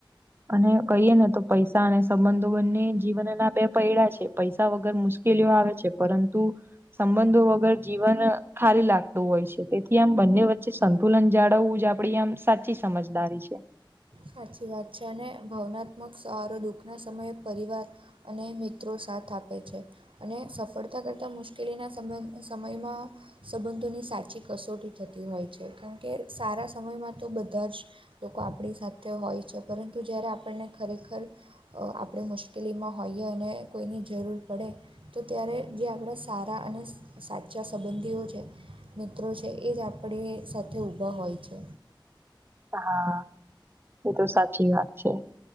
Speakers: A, on the right (about 25°); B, on the right (about 85°).
A: અને કહીએ ને તો. પૈસા અને સંબંધો બંને જીવન ના બે પૈડા છે પૈસા વગર મુશ્કેલીઓ આવે. પરંતુ સંબંધો વગર જીવન ખારી લાગતું હોય છે. તેથી- એ આમ બંને વચ્ચે સંતુલન જાળવવું જ આપડી આમ સાચી સમજદારી છે.
B: સાચી વાત છે અને ભાવનાત્મક સહારો દુઃખના સમયે પરિવાર- અને મિત્રો સાથ આપે છે. અને સફળતા કરતાં મુશ્કેલીના સમ સમયમાં- સંબંધોની સાચી કસોટી થતી હોય છે કારણ કે સારા સમયમાં તો બધા જ- લોકો આપણી સાથે હોય છે પરંતુ જય્યારે આપણને ખરેખર- આપણે મુશ્કેલીમાં હોઈએ અને કોઈની જરૂર પડે- તો ત્યારે જે આપણા સારા અને- સાચા સંબંધીઓ છે મિત્રો છે એ જ આપણી સાથે ઊભા હોય છે.
A: હા એ તો સાચી વાત છે.